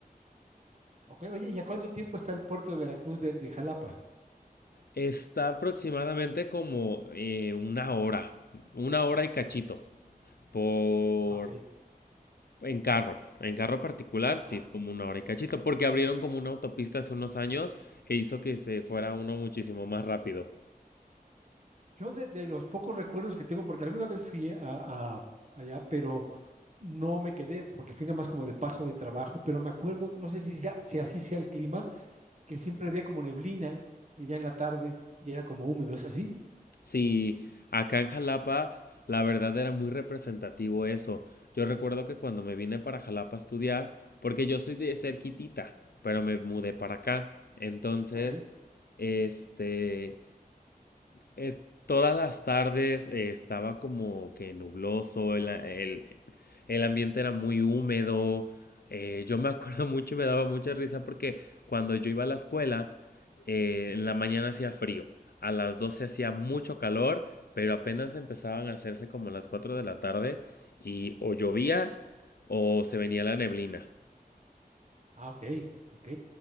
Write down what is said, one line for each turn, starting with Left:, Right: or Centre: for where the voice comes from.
Right: ok. Oye, ¿y a cuánto tiempo está el puerto de Veracruz de, de Jalapa?
Left: Está aproximadamente como eh, una hora. Una hora y cachito. Por
Right: Ah, ok.
Left: En carro, en carro particular sí
Right: Ajá.
Left: es como una hora y cachito, porque abrieron como una autopista hace unos años que hizo que se fuera uno muchísimo más rápido.
Right: Yo de, de los pocos recuerdos que tengo, porque alguna vez fui a, a- allá, pero no me quedé, porque fui nada más como de paso de trabajo, pero me acuerdo, no sé si, sea- si así sea el clima, que siempre había como neblina y ya en la tarde y era como húmedo, ¿es así?
Left: Sí, acá en Jalapa la verdad era muy representativo eso. Yo recuerdo que cuando me vine para Jalapa a estudiar, porque yo soy de cerquitita, pero me mudé para acá. Entonces,
Right: Ok.
Left: este, eh, todas las tardes eh, estaba como que nubloso, el, el, el ambiente era muy húmedo. Eh, yo me <laughs> acuerdo mucho y me daba mucha risa porque cuando yo iba a la escuela, eh, en la mañana hacía frío, a las 12 hacía mucho calor, pero apenas empezaban a hacerse como las 4 de la tarde y o llovía o se venía la neblina.
Right: Ah, ok, ok.